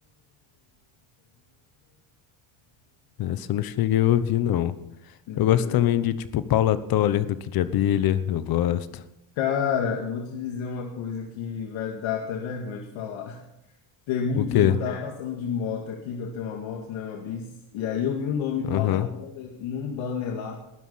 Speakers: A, on the left; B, on the left.
A: essa eu não cheguei a ouvir, não.
B: Meu,
A: Eu gosto
B: beleza?
A: também de, tipo, Paula Toller, do Kid Abelha, eu gosto.
B: Cara, eu vou te dizer uma coisa que vai dar até vergonha de falar. <laughs> Teve um
A: O
B: dia
A: quê?
B: que eu O tava quê? passando de moto aqui, que eu tenho uma moto, né, uma bis, e aí eu vi o nome
A: Aham,
B: Paula Toller num banner lá